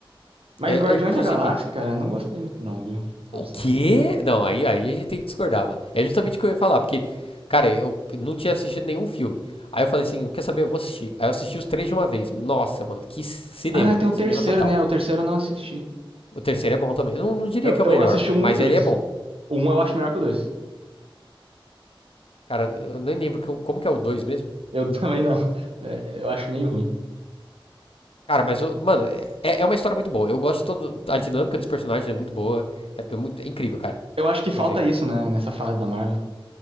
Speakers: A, on the right; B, on the left.
A: Mas
B: Eu,
A: Guardiões
B: eu, inclusive.
A: da Galáxia, cara, eu não gostei muito não, viu? Fala pra
B: O
A: você.
B: quê? Não, aí, aí a gente tem que discordar, mano. É justamente o que eu ia falar, porque, cara, eu não tinha assistido nenhum filme. Aí eu falei assim, quer saber? Eu vou assistir. Aí eu assisti os três de uma vez. Nossa, mano, que cinema.
A: Ah, tem o
B: Cinema
A: terceiro,
B: total.
A: né? O terceiro eu não assisti.
B: O terceiro é bom também. Eu não, não diria
A: Eu,
B: que é
A: eu
B: o melhor,
A: assisti o um
B: mas
A: e o dois.
B: ele é bom.
A: O um eu acho melhor que o dois.
B: Cara, eu nem lembro que eu- como que é o dois mesmo.
A: Eu <laughs> também não. É, eu acho meio ruim.
B: Cara, mas, o- mano, é, é uma história muito boa. Eu gosto de todo. A dinâmica dos personagens é muito boa. É, muito, é incrível, cara.
A: Eu acho que falta
B: É incrível.
A: isso, né, nessa fase da Marvel.